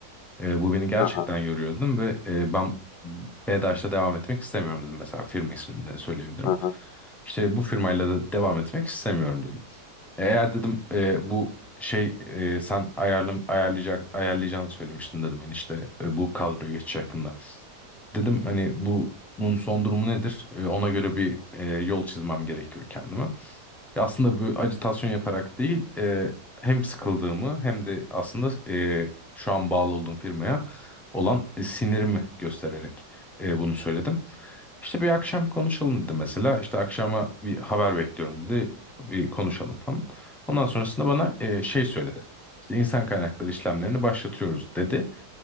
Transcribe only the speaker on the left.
Hı hı,
hı hı.